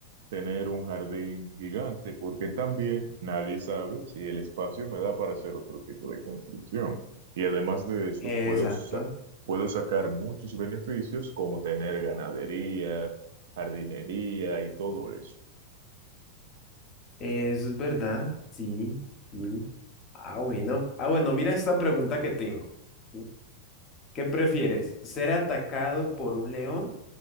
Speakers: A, on the right; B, on the left.
A: tener un jardín gigante, porque también nadie sabe si el espacio me da para hacer otro tipo de construcción. Y además de eso,
B: Exacto,
A: puedo, sa- puedo sacar muchos beneficios como tener ganadería, jardinería y todo eso.
B: eso es verdad, sí, sí. Ah, bueno. Ah, bueno, mira esta pregunta que tengo. ¿sí? ¿Qué prefieres? ¿Ser atacado por un león